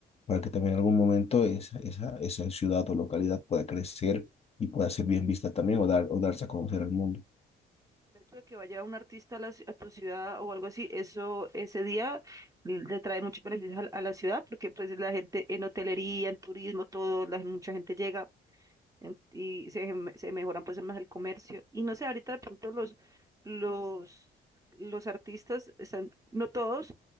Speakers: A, on the left; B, on the right.
A: para que también en algún momento esa, esa, esa ciudad o localidad pueda crecer y pueda ser bien vista también o, dar, o darse a conocer al mundo.
B: El hecho de que vaya un artista a, la ci- a tu ciudad o algo así, eso ese día le trae muchos beneficios a, la a la ciudad porque pues la gente en hotelería, en turismo, todo, la, mucha gente llega. en- y se, me- se mejoran pues más el comercio. Y no sé, ahorita de pronto los, los, los artistas están, no todos,